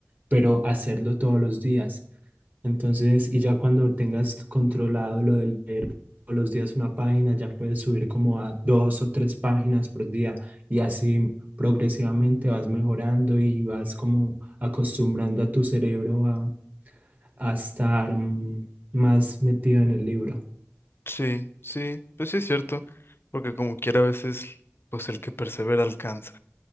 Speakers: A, on the right; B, on the left.
A: pero hacerlo todos los días. Entonces, y ya cuando tengas controlado lo de leer todos los días una página, ya puedes subir como a dos o tres páginas por día y así progresivamente vas mejorando y vas como acostumbrando a tu cerebro a, a estar mm, más metido en el libro.
B: Sí, sí, pues sí es cierto, porque como quiera a veces, pues el que persevera alcanza.